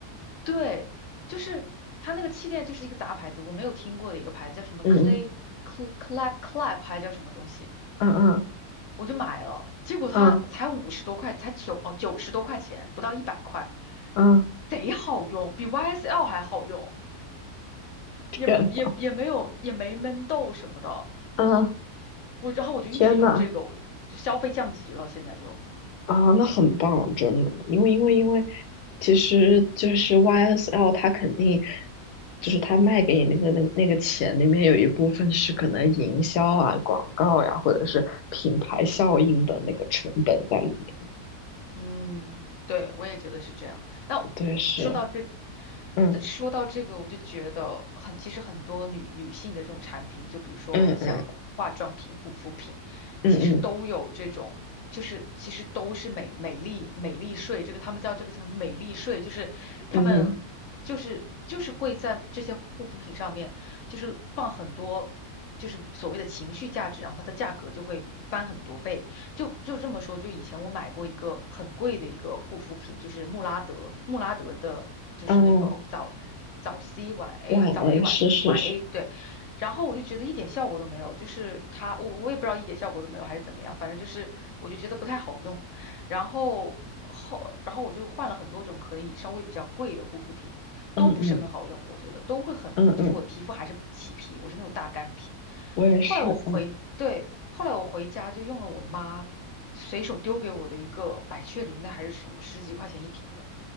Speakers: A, on the left; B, on the left.
A: 对，就是他那个气垫就是一个杂牌子，我没有听过的一个牌子叫什么
B: 嗯
A: Clay Cl- Clap Clap 还叫什么东西，
B: 嗯嗯
A: 我就买了，结果它才五十多块，
B: 嗯
A: 才九哦九十多块钱，不到一百块，
B: 嗯嗯
A: 贼好用，比 YSL 还好用，
B: 天，
A: 也也也没有也没闷痘什么的，
B: 啊
A: 我然后我就一直用这个，
B: 天呐，
A: 我就消费降级了，现在就。
B: 啊，那很棒，真的，因为因为因为，其实就是 YSL 它肯定就是它卖给你那个那个那个钱里面有一部分是可能营销啊、广告呀、或者是品牌效应的那个成本在里面。
A: 嗯，对，我也觉得是这样。那说到这，
B: 对，是，嗯
A: 对说到这个，我就觉得很，其实很多女女性的这种产品，就比如说像化妆品、
B: 嗯嗯
A: 护肤品，
B: 嗯
A: 其实都有这种，就是其实都是美美丽美丽税，这个他们叫这个叫什么美丽税，就是他们就是就是会在这些护肤品上面，
B: 嗯
A: 就是放很多。就是所谓的情绪价值，然后它的价格就会翻很多倍。就就这么说，就以前我买过一个很贵的一个护肤品，就是穆拉德，穆拉德的，就是那个早早
B: 嗯，哦，
A: C 晚 A，
B: 晚
A: 早
B: A
A: A 晚晚
B: 是是是，
A: A，对。然后我就觉得一点效果都没有，就是它，我我也不知道一点效果都没有还是怎么样，反正就是我就觉得不太好用。然后后，然后我就换了很多种可以稍微比较贵的护肤品，
B: 嗯嗯
A: 都不是很好用，我觉得都会很，
B: 嗯嗯，
A: 就是我的皮肤还是起皮，我是那种大干皮。
B: 我也是，
A: 后来我回，
B: 嗯，
A: 对，后来我回家就用了我妈随手丢给我的一个百雀羚的还是什么，十几块钱一瓶的，